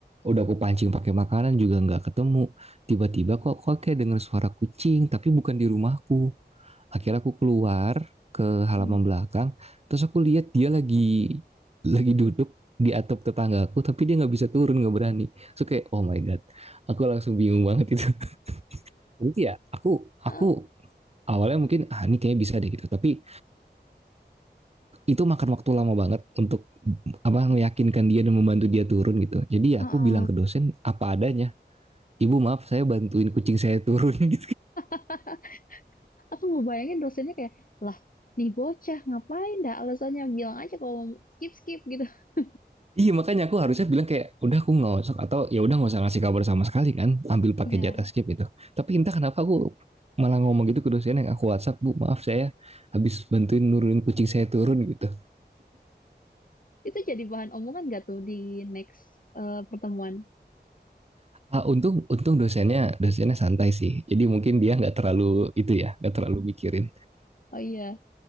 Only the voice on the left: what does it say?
iya.
Ah,
ah,
ah.
<laughs> Aku ngebayangin dosennya kayak, lah, nih bocah ngapain dah alasannya bilang aja kalau mau skip skip gitu. <laughs>
Ya,
itu jadi bahan omongan gak tuh di next eh, pertemuan?
Oh iya.